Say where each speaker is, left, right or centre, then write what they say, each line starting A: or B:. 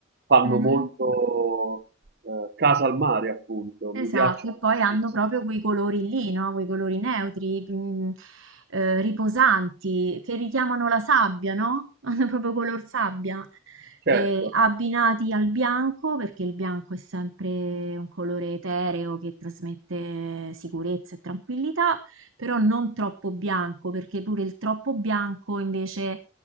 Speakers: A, on the right (about 50°); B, on the right (about 70°).
A: fanno
B: Mhm.
A: molto eh, casa al mare, appunto. Mi
B: Esatto,
A: piacciono
B: e poi
A: tantissimo.
B: hanno proprio quei colori lì, no? Quei colori neutri, mm, eh, riposanti, che richiamano la sabbia, no? <laughs> Hanno proprio color sabbia, E
A: Certo.
B: abbinati al bianco, perché il bianco è sempre un colore etereo che trasmette sicurezza e tranquillità, però non troppo bianco, perché pure il troppo bianco invece